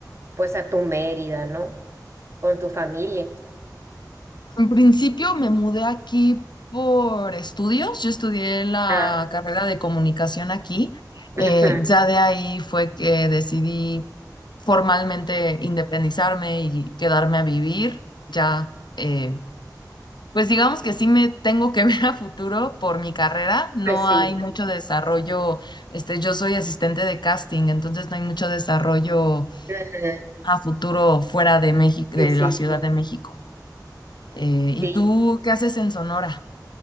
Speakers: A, on the right; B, on the left.
A: pues a tu Mérida, ¿no? Con tu familia.
B: En principio me mudé aquí por estudios, yo estudié la
A: Ah,
B: carrera de comunicación aquí,
A: ujú,
B: eh, ya de ahí fue que decidí formalmente independizarme y quedarme a vivir. Ya, eh, pues digamos que sí me tengo que <laughs> ver a futuro por mi carrera. No
A: Pues sí.
B: hay mucho desarrollo. Este, yo soy asistente de casting, entonces no hay mucho desarrollo
A: Ujú,
B: a futuro fuera de México,
A: Sí,
B: de
A: sí,
B: la Ciudad
A: sí,
B: de México. Eh, ¿y
A: sí.
B: tú qué haces en Sonora?